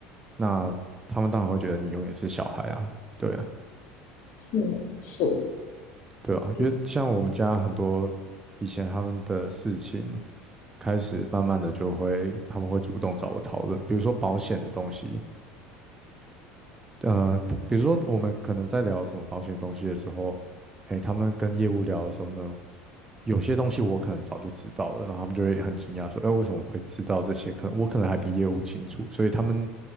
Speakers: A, on the right (about 15°); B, on the left (about 55°).
A: 那他们当然会觉得你永远是小孩啊，对啊，
B: 是没错。
A: 对啊，
B: 嗯，
A: 因为像我们家很多以前他们的事情，开始慢慢的就会他们会主动找我讨论，比如说保险的东西，呃，比如说我们可能在聊什么保险的东西的时候，哎，他们跟业务聊的时候呢。有些东西我可能早就知道了，然后他们就会很惊讶说：“哎，为什么我会知道这些？可能我可能还比业务清楚。”所以他们